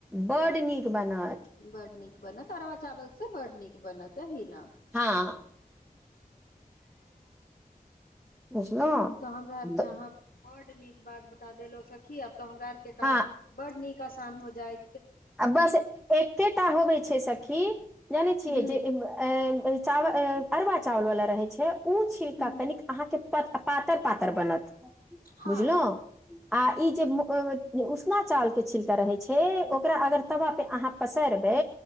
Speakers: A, in the centre; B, on the left.
A: बड् नीक। बनत
B: बड्ड नीक बन तरवा चावल से बड नीक। बनतै ही न।
A: हँ <unintelligible> बुझलहुँ
B: ई तो हमरा आर के
A: तऽ
B: यहाँ बड नीक बात बता देलो सखी, आब तऽ हमरा आर के
A: हँ
B: काम बड नीक! आसान हो जाए।
A: आ बस एकेटा होबे छै सखी, जानै छियै
B: हूं
A: जे चावल अरवा चावल वालला रहै छै। ओ छविका
B: हूं
A: कनिक अहाँके। प पातर पातर बनत।
B: हँ
A: बुझल! आ ई जे उसना चावल के छिलक रहे छै! ओकरा अगर अहा तबा पर पसारबै,